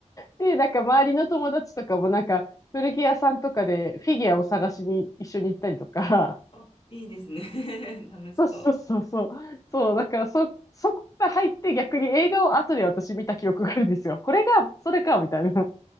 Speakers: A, on the left; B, on the left.
A: で、なんか周りの友達とかもなんか古着屋さんとかでフィギュアを探しに一緒に行ったりとか、
B: あ、いいですね。<laughs>
A: <laughs>
B: 楽しそう。
A: そうそうそうそう、そう、だからそ、そこが入って逆に映画を後で私見た記憶があるんですよ。これが、それか、みたいな。